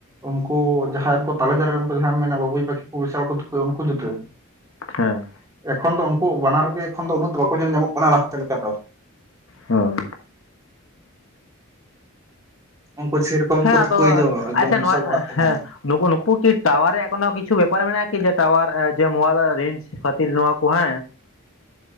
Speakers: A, on the right; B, on the left.
A: ᱩᱱᱠᱩ ᱡᱟᱦᱟᱸᱭ ᱠᱚ ᱛᱟᱞᱮ ᱫᱟᱨᱮ ᱨᱮᱱᱠᱚ ᱡᱟᱦᱟᱸᱭ ᱢᱮᱱᱮᱜ ᱵᱟᱹᱵᱩᱭ ᱯᱟᱠᱷᱤ ᱠᱚ ᱵᱤᱥᱟᱞ ᱠᱚ ᱛᱩᱠᱟᱹᱭ ᱩᱱᱠᱩ ᱡᱩᱫᱟᱹ, <inaudible>
B: ᱦᱮᱸ᱾
A: ᱮᱠᱷᱚᱱ ᱫᱚ ᱩᱱᱠᱩ ᱵᱟᱱᱟᱨ ᱜᱮ ᱮᱠᱷᱚᱱ ᱫᱚ ᱩᱱᱟᱹᱜ ᱫᱚ ᱵᱟᱠᱚ ᱧᱮᱞ ᱧᱟᱢᱚᱜ ᱠᱟᱱᱟ ᱞᱟᱦᱟᱛᱮ ᱞᱮᱠᱟ ᱫᱚ᱾
B: ᱦᱳᱭ᱾
A: ᱩᱱᱠᱩ ᱥᱮᱨᱚᱠᱚᱢ
B: ᱦᱮᱸ
A: ᱠᱚ
B: ᱟᱫᱚ,
A: ᱛᱩᱠᱟᱹᱭ ᱫᱚ ᱮᱠᱫᱚᱢ
B: ᱟᱪᱪᱷᱟ ᱱᱚᱣᱟ
A: ᱵᱤᱥᱟᱞ ᱚᱲᱟᱜ ᱠᱚ ᱵᱮᱱᱟᱣᱟ
B: ᱦᱮᱸ ᱱᱳᱠᱳ ᱱᱳᱠᱩ ᱠᱤ ᱴᱟᱣᱟᱨ ᱨᱮᱭᱟᱜ ᱠᱳᱱᱳ ᱠᱤᱪᱷᱩ ᱵᱮᱯᱟᱨ ᱢᱮᱱᱟᱜᱼᱟ ᱠᱤ ᱡᱮ ᱴᱟᱣᱟᱨ ᱡᱮ ᱢᱳᱣᱟᱞᱟ ᱨᱤᱡᱥ ᱠᱷᱟᱹᱛᱤᱨ ᱱᱚᱣᱟ ᱠᱚ ᱦᱮᱸ?